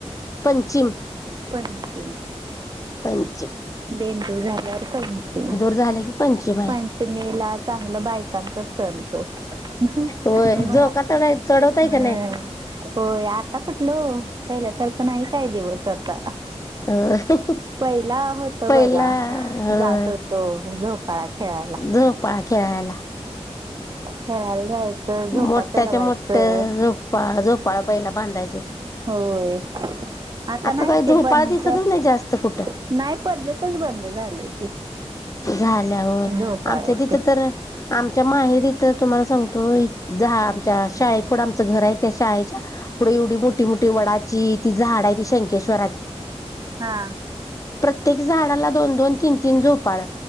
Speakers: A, on the left (about 30°); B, on the right (about 40°).
A: पंचीम
B: पंचिम
A: पंचीम
B: बेंदूर झाल्यावर पंचीम
A: झाले की पंचिम आहे
B: पंचमीला चांगलं बायकांचा सण तो ब
A: होय झोका चढाय चढवताय
B: हम
A: का नाही
B: हो आता कुटल ओ पहिल्यासारखं नाही काय दिवस आता
A: अ
B: पहिला होत बघा
A: पहिला होय
B: जात होतो झोपाळा खेळायला
A: झोपाळा खेळायला
B: खेळायला जायचं झोका
A: मोठ्याच्या
B: चढवायचं
A: मोठ झोपाळ झोपाळा पहिला बांधायचे
B: होय आता नाही
A: काही झोपाळा
B: ते पणंत
A: दिसतच नाही जास्त कुठं
B: नाही पद्धतच बंद झाली ती
A: झाल्या हो
B: झोपाळ्याची
A: आमच्या तिथं तर आमच्या माहेरी तिथं तुम्हाला सांगतो झा आमच्या शाळे पुढ आमच घर आहे त्या शाळेच्या पुढे एवढी मोठी मोठी वडाची ती झाड आहे ती शंकेश्वर
B: हा
A: प्रत्येक झाडाला दोन दोन तीन तीन झोपाळ